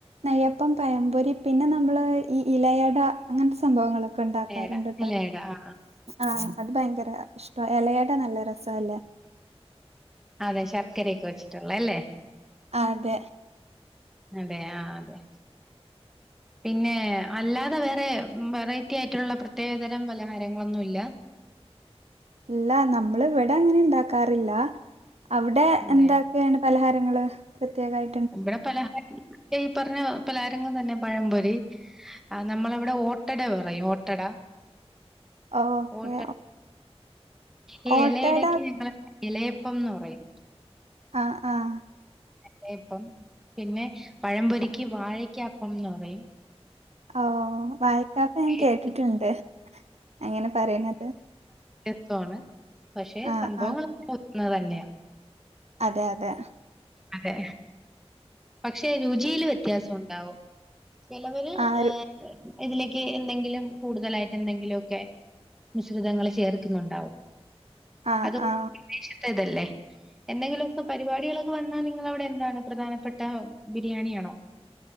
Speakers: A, on the right (about 80°); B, in the centre.
A: നെയ്യപ്പം പയംപൊരി പിന്നെ നമ്മള് ഈ ഇലയടാ അങ്ങൻത്തെ സംഭവങ്ങളൊ ക്കെ ണ്ടാക്കാറ്ണ്ട്ട്ടോ
B: ലേട ലേട ആ
A: ആഹ് അത് ഭയങ്കര ഇഷ്ടാ എലെയട നല്ല രസവല്ലേ
B: അതെ ശർക്കരയൊക്കെ വെച്ചിട്ടുള്ളെ അല്ലേ
A: ആഹ് അതെ
B: അതെ ആഹ് അതെ പിന്നെ അല്ലാതെ വേറെ വെറൈറ്റി ആയിട്ടുള്ള പ്രത്യേകതരം പലഹാരങ്ങളൊന്നും ഇല്ലാ
A: ഇല്ലാ നമ്മള് വെടെ അങ്ങെനെ ഇണ്ടാക്കാറില്ലാ അവ്ടെ
B: അതെ
A: എന്താ ക്കേണ് പൽഹാരങ്ങള് പ്രത്യേകായ്
B: ഇവെടെ പലഹാരങ്ങ ഈ പർഞ്ഞ പലഹാരങ്ങൾ തന്നെ പഴംപൊരി ആഹ് നമ്മളെവെടെ ഓട്ടട പറയും ഓട്ടടാ
A: ഓക്കെ
B: ഓട്ട ഈ
A: ഓട്ടട
B: എലെയടക്ക്യ് ഇങ്ങളെ എലെയപ്പം ന്ന് പറയും
A: ആഹ് ആഹ്
B: ലെയപ്പം പിന്നെ പഴംപൊരിക്ക്യ് വാഴക്ക്യാ അപ്പംന്ന് പറെയും
A: ഓഹ് വായിക്കാപ്പം ഞാൻ
B: പേര്
A: കേട്ടിട്ട്ണ്ട് അങ്ങെനെ പറയ്ണെത്
B: ത്തോണ് പക്ഷേ
A: ആ
B: സംഭവം
A: ആ
B: <unintelligible> തന്നെയാ
A: അതെ അതെ
B: അതെ പക്ഷെ രുചിയില് വെത്യാസ ഒണ്ടാവും ചെലെവെര്
A: ആ ഒരു
B: ഏഹ് ഇതിലേക്ക്യ് എന്തെങ്കിലും കൂട്തലായിട്ടെന്തെങ്കിലൊക്കെ മിശ്രിതങ്ങെള് ചേർക്ക്ന്നുണ്ടാവും
A: ആ
B: അതൊ
A: ആ
B: വിദേശെത്തെ ഇതല്ലേ എന്തെങ്കിലാെക്കെ പരിപാടികളൊ വന്നാ നിങ്ങളവ്ടെ എന്താണ് പ്രധാനപ്പെട്ടാ ബിരിയാണി ആണോ